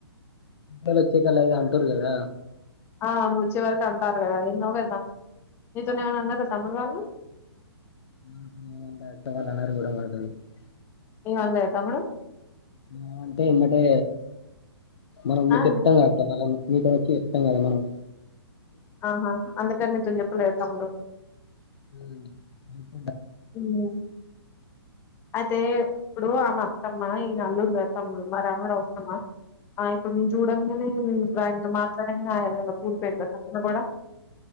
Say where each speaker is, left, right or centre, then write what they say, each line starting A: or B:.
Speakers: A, on the left (about 75°); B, on the left (about 15°).
A: ఎల్లి వచ్చాక లేదు అంటురు కదా
B: ఆ నువ్వు వచ్చే వరకు అంటారు కదా ఎన్నో కదా నీతోనే ఏమైనా అన్నార తమ్ముడు వాళ్ళు
A: <unintelligible>
B: ఏం అనలేదాప్పుడు
A: ఏమంటే ఎమ్మటే మనం
B: ఆ
A: చెప్తాం గా అక్క మనం మీకనొచ్చి చెప్తాం కదా మనం
B: ఆహా అందుకని తిను చెప్పలే తమ్ముడు
A: మ్మ్
B: హ్మ్ అయితే ఇప్పుడు ఆమె అత్తమ్మ ఈయన అల్లుడు గద తమ్ముడు మరి అన్నడు అవసరమా ఇప్పుడు మేము చూడంగానే మేం ఇప్పుడు ఆయనతో మాట్లాడంగా ఆయనేమైన కూల్పోయింది కూడా